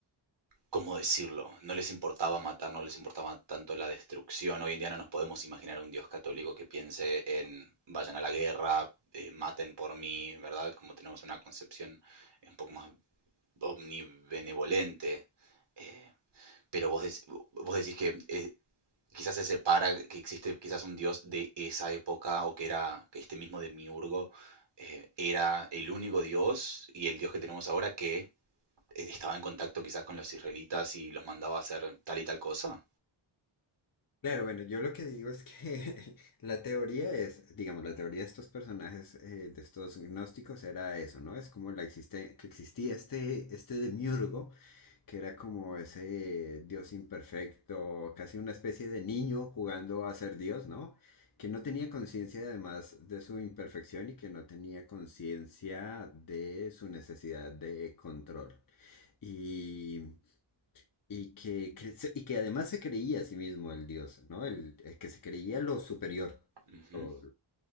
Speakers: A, on the right; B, on the left.
A: ¿cómo decirlo? No les importaba matar, no les importaba tanto la destrucción. Hoy en día no nos podemos imaginar un Dios católico que piense en vayan a la guerra, eh, maten por mí, ¿verdad? Como tenemos una concepción un poco más omnibenevolente. Eh, pero vos, dec- vos decís que eh, quizás se separa, que existe quizás un Dios de esa época o que era que este mismo Demiurgo eh, era el único Dios y el Dios que tenemos ahora que eh, estaba en contacto quizás con los israelitas y los mandaba a hacer tal y tal cosa.
B: claro, bueno, yo lo que digo es que <laughs> la teoría es, digamos, la teoría de estos personajes, eh, de estos gnósticos, era eso, ¿no? Es como la existe, que existía este, este demiurgo que era como ese Dios imperfecto, casi una especie de niño jugando a ser Dios, ¿no? Que no tenía conciencia además de su imperfección y que no tenía conciencia de su necesidad de control. Y, y, que, cre- y que además se creía a sí mismo el Dios, ¿no? El, el que se creía lo superior,
A: Ujú.
B: lo,